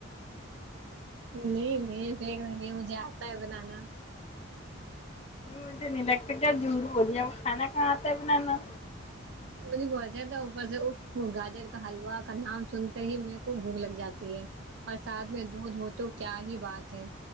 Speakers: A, on the right; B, on the left.
A: نہیں نہیں پھیک رہی ہوں مجھے آتا ہے بنانا
B: مجھے نہیں لگتا کے آپ جھوٹ بول رہی ہیں کھانا کہاں آتا ہے بنانا
A: مجھے بہت اچھا تھا اوپر سے گاجر کا حلوا کا نام سن کر ہی میرے کو بھوک لگ جاتی ہے اور سا تھ میں دودھ ہو تو کیا ہی بات ہے